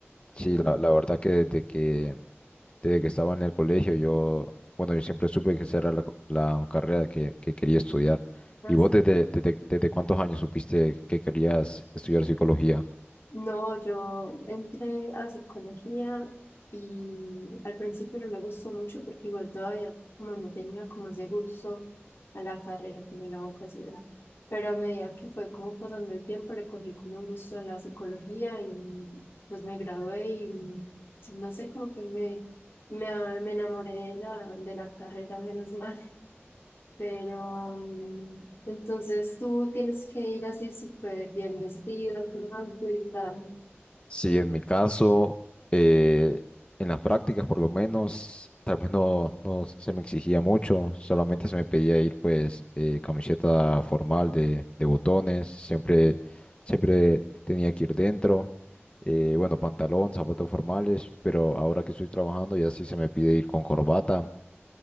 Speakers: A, on the left; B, on the left.
A: Sí,
B: mm,
A: la, la verdad que desde que, desde que estaba en el colegio, yo, bueno, yo siempre supe que esa era la, co- la carrera que, que quería estudiar.
B: hace?
A: ¿Y vos desde, desde, desde cuántos años supiste que querías estudiar psicología?
B: No, yo entré a psicología y al principio no me gustó mucho porque igual todavía como no tenía como ese gusto a la carrera, como a la vocación. Pero a medida que fue como pasando el tiempo, le cogí como un gusto a la psicología y pues me gradué y no sé, como que me, me, me enamoré de la, de la carrera, menos mal. Pero mm, entonces tú tienes que ir así súper bien vestida, con algo y tal.
A: Sí, en mi caso, eh, en las prácticas por lo menos, tal vez no, no se me exigía mucho, solamente se me pedía ir pues eh, camiseta formal de, de botones, siempre, siempre tenía que ir dentro, eh, bueno, pantalón, zapatos formales, pero ahora que estoy trabajando ya sí se me pide ir con corbata